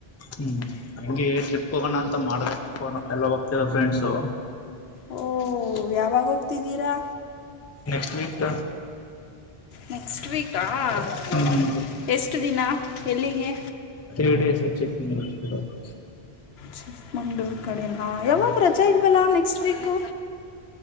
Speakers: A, on the left; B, on the left.
A: ಹ್ಮ್ ಹಂಗೆ ಟ್ರಿಪ್ಗೆ ಹೋಗೋಣ ಅಂತ ಮಾಡದೇ. ಎಲ್ಲ ಹೋಗ್ತ ಫ್ರೆಂಡ್ಸು?
B: ಓ.... ಯಾವಾಗ ಹೋಗ್ತಿದ್ದೀರಾ?
A: ನೆಕ್ಸ್ಟ್ ವೀಕ್ತ್
B: ನೆಸ್ಟ್ ವೀಕಾ.. ಎಷ್ಟ
A: ಹ್ಮ್
B: ಎಷ್ಟು ದಿನ? ಎಲ್ಲಿಗೆ?
A: ತ್ರೀ ಡೇಸ್ ಟ್ರಿಪ್ <unintelligible>
B: ಚಿಕ್ಕಮಂಗ್ಳೂರ್ ಕಡೆ. ಹಾ ಯಾವಾಗ ರಜೆ ಇಲ್ವಲ್ಲಾ ನೆಕ್ಸ್ಟ್ ವೀಕು